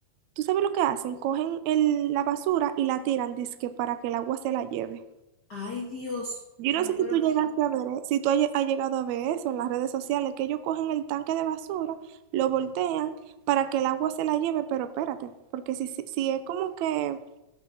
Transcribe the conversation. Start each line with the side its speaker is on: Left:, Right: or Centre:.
Right: tú sabes lo que hacen, cogen el- la basura y la tiran, dizque para que el agua se la lleve.
Left: Ay, Dios
Right: Yo no
Left: mío,
Right: sé si
Left: pero
Right: tú llegaste a ver, eh, si tú has lle- has llegado a ver eso en las redes sociales, que ellos cogen el tanque de basura, lo voltean para que el agua se la lleve, pero espérate, porque si, si, si es como que